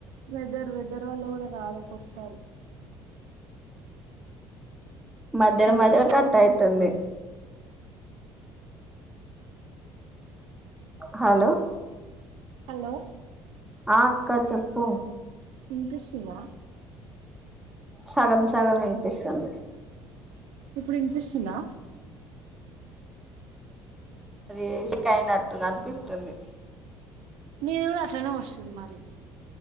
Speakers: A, on the right; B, in the centre.
A: వెదర్ వెదర్ వల్ల కూడా రాదు ఒక్కొక్కసారి
B: మధ్యలో
A: హలో
B: మధ్యలో కట్ అయితుంది హలో
A: హలో
B: ఆ అక్క చెప్పు
A: వినిపిస్తుందా
B: సగం సగం వినిపిస్తుంది
A: ఇప్పుడు వినిపిస్తుందా
B: అది ఏసిక్ అయినట్టు కనిపిస్తుంది
A: నీది కూడా అట్లనే వస్తుంది మరి